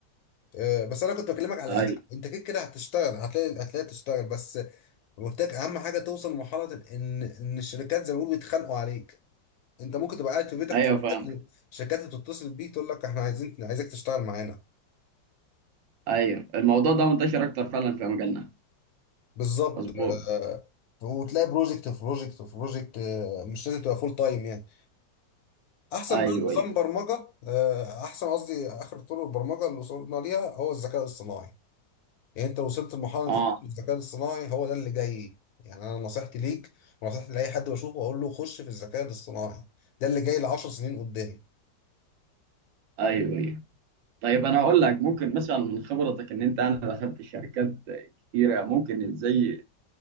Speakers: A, on the left; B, on the right.
A: آه، بس أنا كنت بكلمك على
B: ايوه
A: أهم أنت كده كده هتشتغل هتلاقي هتلاقي تشتغل بس قلت لك أهم حاجة توصل لمرحلة إن إن الشركات زي ما بيقولوا بيتخانقوا عليك أنت ممكن تبقى قاعد في بيتك
B: ايوه
A: شركات
B: فاهم
A: شركات بتتصل بيك تقول لك إحنا عايزين عايزك تشتغل معانا
B: ايوه الموضوع ده منتشر اكتر فعلا في مجالنا
A: بالظبط
B: مظبوط
A: آه، وتلاقي بروجكت في بروجكت في بروجكت آه، مش لازم تبقى فول تايم يعني احسن
B: ايوه
A: بقى نظام
B: ايوه
A: برمجه آه، احسن قصدي اخر طرق البرمجه اللي وصلنا ليها هو الذكاء الصناعي يعني انت لو وصلت لمرحله انت
B: اه
A: تطلب الذكاء الصناعي هو ده اللي جاي يعني انا نصيحتي ليك ونصيحتي لاي حد بشوفه اقول له خش في الذكاء الاصطناعي ده اللي جاي ل 10 سنين قدام
B: ايوه ايوه طيب انا اقول لك ممكن مثلا من خبرتك ان انت انا دخلت شركات كتيره ممكن ازاي